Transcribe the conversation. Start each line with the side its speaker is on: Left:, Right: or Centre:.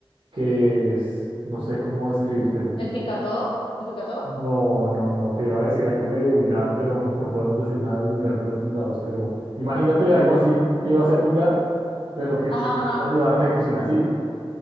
Right: que es, no sé cómo describírtelo.
Left: ¿El picatodo? ¿El picatodo?
Right: No, no, no, te iba a decir algo medio vulgar, pero no podemos decir nada vulgar por estos lados. Pero imagínate algo así, que iba a ser vulgar, pero que
Left: Ajá, ajá,
Right: es
Left: ajá.
Right: ayudante de cocina, ¿sí?